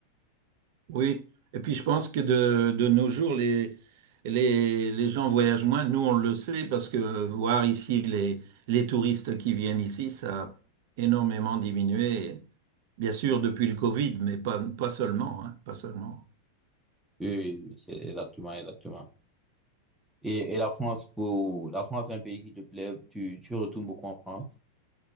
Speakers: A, on the right; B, in the centre.
A: oui. Et puis je pense que de, de nos jours, les, les, les gens voyagent moins. Nous, on le sait parce que voir ici les, les touristes qui viennent ici, ça a énormément diminué. Bien sûr, depuis le Covid, mais pas, pas seulement, hein, pas seulement.
B: Oui, oui, oui, c'est exactement, exactement. Et, et la France, pour, la France est un pays qui te plaît. Tu, tu retournes beaucoup en France?